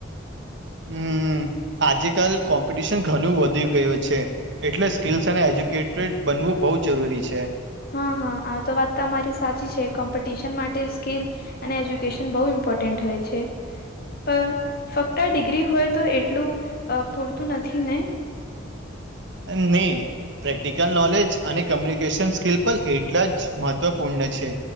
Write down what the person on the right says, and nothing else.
હમ્મ આજે કલ કોમ્પિટિશન ઘણું વધી ગયું છે. એટલે સ્કિલ્સ અને એજ્યુકેટેડ બનવું બહુ જરૂરી છે.
ની પ્રેક્ટિકલ નોલેજ અને કમ્યુનિકેશન સ્કિલ પણ એટલા જ મહત્વપૂર્ણ છે.